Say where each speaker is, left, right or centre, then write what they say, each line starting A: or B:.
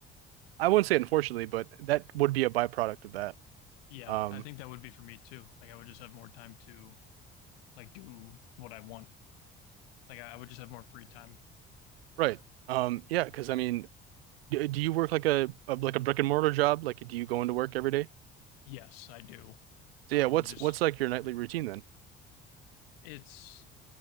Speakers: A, on the right (about 80°); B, on the left (about 80°).
A: I wouldn't say unfortunately, but that would be a byproduct of that.
B: Yeah.
A: Um,
B: I think that would be for me too. Like I would just have more time to like do what I want. Like I I would just have more free time.
A: right. Um, yeah, because I mean, do, do you work like a, a like a brick and mortar job? Like, do you go into work every day?
B: Yes, I do.
A: So
B: Um,
A: yeah, what's
B: just
A: what's like your nightly routine then?
B: it's